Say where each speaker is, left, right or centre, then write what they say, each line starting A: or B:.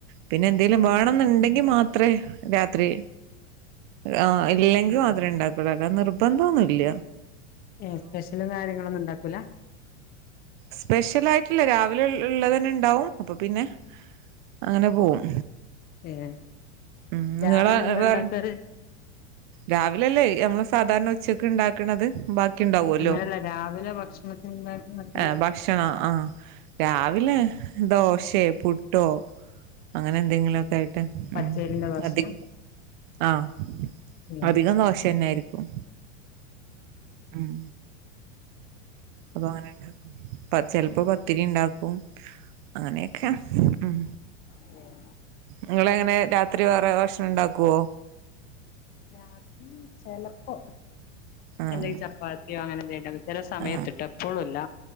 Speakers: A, on the right; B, on the left.
A: പിന്നെ എന്തേലും വേണന്നൊണ്ടെങ്കി മാത്രേ രാത്രി ആഹ് ഇല്ലെങ്കിൽ മാത്രേണ്ടാക്കൊള്ളു അല്ല നിർബന്ധം ഒന്നൂല്ല.
B: ഏ സ്പെഷ്യലും കാര്യങ്ങളൊന്നും ഉണ്ടാക്കൂല
A: സ്പെഷ്യൽ ആയിട്ടില്ല രാവിലെ ഇ ഇള്ളത് തന്നെ ഉണ്ടാവും അപ്പൊ പിന്നെ അങ്ങനെ പോകും
B: ഏഹ്
A: ഉം നിങ്ങള്
B: രാവിലെ എന്താ
A: വേറെ
B: ഇണ്ടാക്കാറ്
A: രാവിലല്ലേ നമ്മള് സാധാരണ ഉച്ചക്ക് ഉണ്ടാക്കണത് ബാക്കി ഉണ്ടാവല്ലോ
B: അങ്ങനെയല്ല രാവിലെ ഭക്ഷണത്തിന് ഉണ്ടാക്കുന്ന പറ്റില്ല.
A: ആഹ് ഭക്ഷണം ആഹ് രാവിലെ ദോശയൊ പുട്ടോ അങ്ങനെ എന്തെങ്കിലുമൊക്കെ ആയിട്ട്
B: പച്ചരിന്റെ
A: ഉം
B: ദോശ
A: അധികം ആഹ്
B: പിന്നെ
A: അധികം ദോശ തന്നൊയിരിക്കും ഉം അപ്പൊ അങ്ങനെയങ്ങ് ചെിപ്പോ പത്തിരി ഉണ്ടാക്കും അങ്ങനെയൊക്കെ ഉം
B: ഉം
A: നിങ്ങളെങ്ങനെ രാത്രി വേറെ ഭക്ഷണം ഉണ്ടാക്കുമോ
B: രാത്രി ചെിലപ്പോ
A: ആഹ്
B: എന്തെങ്കിലും ചപ്പാത്തിയോ അങ്ങനെന്തെണ്ടക്കും ചില സമയത്ത്
A: ആഹ്
B: ട്ടൊ എപ്പോഴുംല്ല